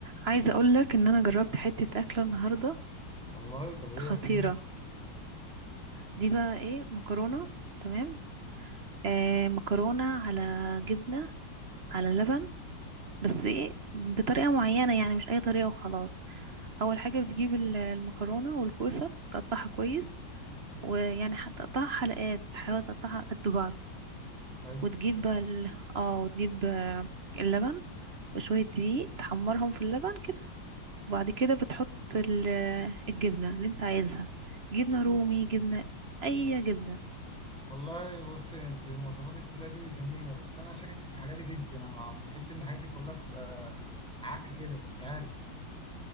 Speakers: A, on the right (about 45°); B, in the centre.
A: عايزه اقول لك ان انا جربت حته اكله النهارده
B: والله طب ايه
A: خطيره
B: لك ليه
A: دي بقى ايه مكرونه تمام آه مكرونه على جبنه على لبن بس ايه بطريقه معينه يعني مش اي طريقه وخلاص اول حاجه بتجيب ال- المكرونه والكوسه تقطعها كويس ويعني هتقطعها حلقات تحاول تقطعها قد بعض
B: حلو
A: وتجيب بقى ال... اه وتجيب آه، اللبن وشويه دقيق تحمرهم في اللبن وبعد كده بتحط ال- الجبنة اللي انت عايزها جبنة رومي جبنة اي جبنة
B: والله بص انت مواصفات التولة دي جميلة بس انا شاكك في حاجاتك انت انا عم- بحس ان حاجاتك كلها بتبقى عك كده مش عارف